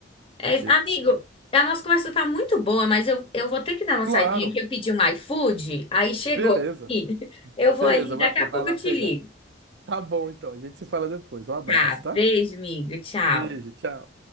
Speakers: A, on the left; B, on the right.
A: É
B: Porque
A: isso. Amigo,
B: precisa.
A: a nossa conversa tá muito boa, mas eu, eu vou ter que dar uma
B: Claro,
A: saidinha aqui. Eu pedi um iFood, aí chegou
B: beleza.
A: aqui. <laughs> Eu vou
B: Beleza,
A: ali, daqui
B: vai, vai
A: a pouco
B: lá
A: eu te
B: pegar.
A: ligo.
B: Tá bom, então, a gente se fala depois. Um abraço,
A: Tá,
B: tá?
A: beijo, amigo. Tchau.
B: Beijo, tchau.